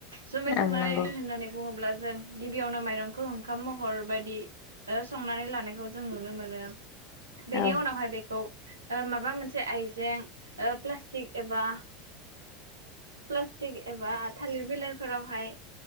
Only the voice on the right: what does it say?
जुमाय
सोंनाय
होननानै बुङोब्ला जों गिबियावनो माइरंखौ ओंखाम महर बायदि ओ संनानै लानायखौ जों नुनो मोनो। बेनि
उनावहाय बेखौ ओ माबा मोनसे आयजें ओ प्लास्टिक एबा प्लास्टिक एबा थालिर बिलाइफोरावहाय